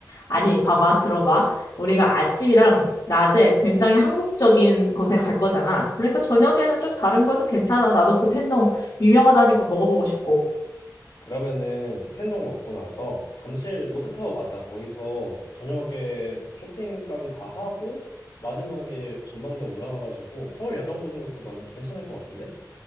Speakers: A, on the left (about 60°); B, on the left (about 80°).
A: 아니, 봐봐, 들어봐. 우리가 아침이랑 낮에 굉장히 한국적인 곳에 갈 거잖아. 그러니까 저녁에는 좀 다른 것도 괜찮아. 나도 그 텐동 유명하다니까 먹어보고 싶고.
B: 그러면은 텐동 먹고 나서 잠실 롯데타워 가자. 거기서 저녁에 쇼핑까지 다 하고 마지막에 전망대 올라가가지고 서울 야경 보는 것도 난 괜찮을 것 같은데?